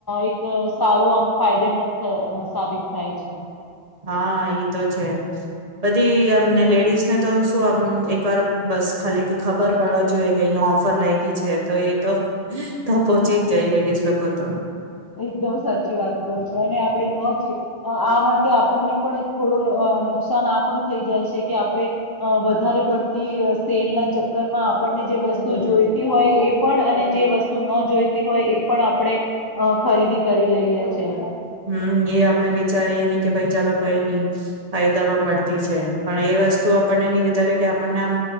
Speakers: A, on the left (about 35°); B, on the right (about 40°).
A: એક સારો આમ ફાયદેમંદ સાબિત થાય છે.
B: હા એ ઈ તો છે. બધી અમને લેડ ને તો શું આમ એક વાર બસ ખાલી કે ખબર પડવા જોએ કે અહીયા ઓફર લાયગી છે તો એ તો તો પોહોંચી જ જાય લેડીઝ લોકો તો
A: એકદમ સાચી વાત કો છો. અને આપડે ન <unintelligible> આ માટે આપણને પણ થોડું અ નુકસાન આ પણ થઈ જાય છે. કે આપડે અ વધારે પડતી સેલના ચક્કરમાં આપડને જે વસ્તુ જોઈતી હોય એ પણ અને જે વસ્તુ ન જોઈતી હોય એ પણ આપડે અ ખરીદી કરી લઈએ છીએ.
B: હમ એ આપડે વિચારીએ ને કે ભઈ ચાલો કોઈ ની ફાયદામાં મળતી છે. પણ એ વસ્તુ આપડને ની વિચારીએ કે આપડને આમ